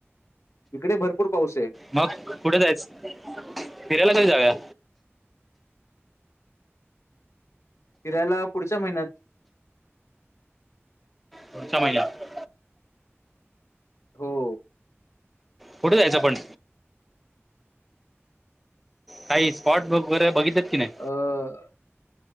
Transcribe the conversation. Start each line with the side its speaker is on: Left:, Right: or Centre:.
Left: इकडे भरपूर पाऊसे.
Centre: मग कुठे जायचं? फिरायला कधी जाऊया?
Left: फिरायला पुढच्या महिन्यात.
Centre: पुढच्या महिन्यात.
Left: हो.
Centre: कुठे जायचं पण? काही स्पॉट बुक वगैेरे बघिल्यात की नाही?
Left: अं